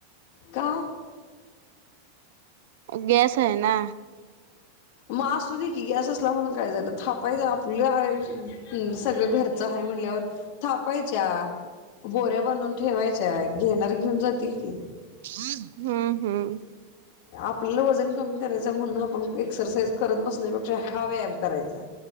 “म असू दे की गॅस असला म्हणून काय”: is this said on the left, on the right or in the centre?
Left